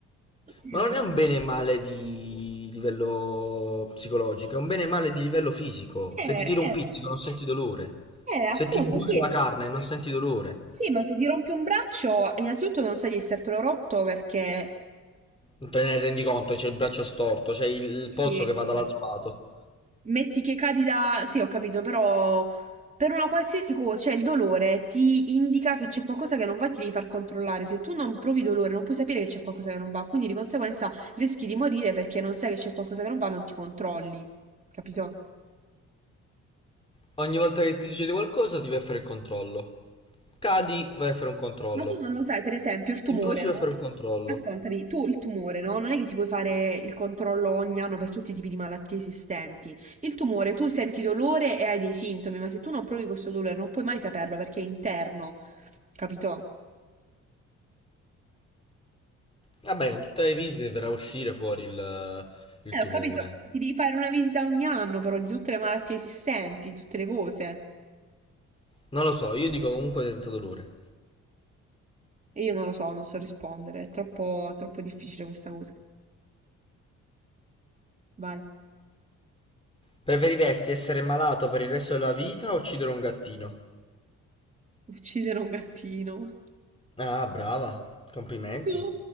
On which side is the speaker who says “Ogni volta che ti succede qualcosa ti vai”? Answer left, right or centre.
Left